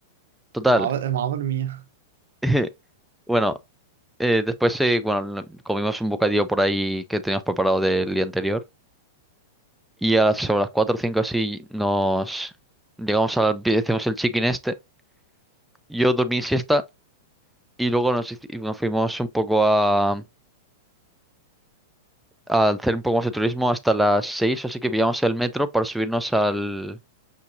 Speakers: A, in the centre; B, on the right (about 75°).
A: Total.
B: madre, madre mía.
A: <laughs> Bueno, eh, después eh, bueno, no- comimos un bocadillo por ahí que teníamos preparado del día anterior. Y a las, sobre las 4 o 5 así nos llegamos al... Hicimos el chicken este. Yo dormí siesta y luego nos, hici- nos fuimos un poco a, a hacer un poco más de turismo hasta las seis así que pillamos el metro para subirnos al,